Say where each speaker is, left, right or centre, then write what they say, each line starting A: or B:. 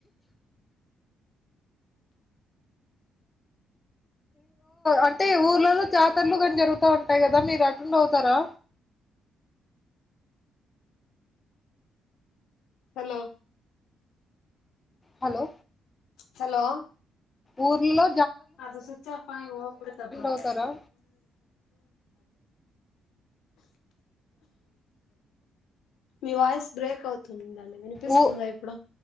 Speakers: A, on the left; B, on the left.
A: అంటే ఊర్లలో జాతర్లు కానీ జరుగుతా ఉంటాయి కదా మీరు అటెండ్ అవుతారా
B: హలో
A: హలో
B: హలో
A: ఊర్లో
B: అద స్విచ్ ఆఫ్ ఆ ఓపిక తక్కువ <inaudible>
A: అవుతారా
B: మీ వయిస్ బ్రేక్ అవుతుంది వినిపిస్తుందా
A: ఊ
B: ఇప్పుడు